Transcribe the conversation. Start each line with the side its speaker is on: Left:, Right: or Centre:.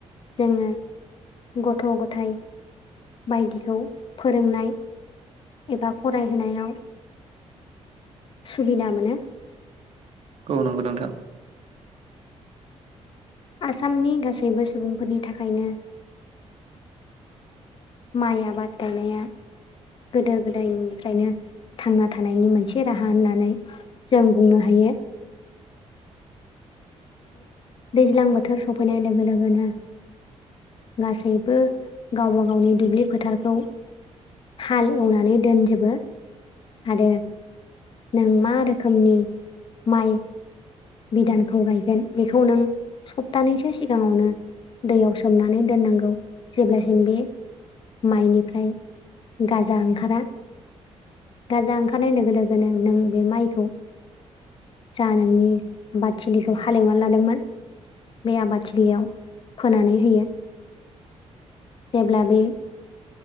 Left: जोङो गथ' गथायाइ बायदिखौ फोरोंनाय एबा फरायहोनायाव सुबिदा मोनो
Right: औ नंगौ नोंथां
Left: आसामनि गासैबो सुबुंफोरनि थाखायनो माइ आबाद गाइनाया गोदो गोदायनिफ्रायनो थांना थानायनि मोनसे राहा होननानै जों बुंनो हायो। <unintelligible> दैज्लां बोथोर सफैनाय लोगो लोगोनो गासैबो गावबा गावनि दुब्लि फोथारखौ हाल एवनानै दोनजोबो आरो। नों मा रोखोमनि माइ बिधानखौ गायगोन बेखौ नों सप्तानैसो सिगाङावनो दैयाव सोमनानै दोननांगौ जेब्लासिम बे माइनिफ्राय गाजा ओंखारा राजाजा ओंखारनाय लोगो लोगोनो नों बे माइखौ जा नोंनि बादथिलिनखौ हालेवनानै लानां गोन बे आबादथिलियाव फोनानै होयो जेब्ला बे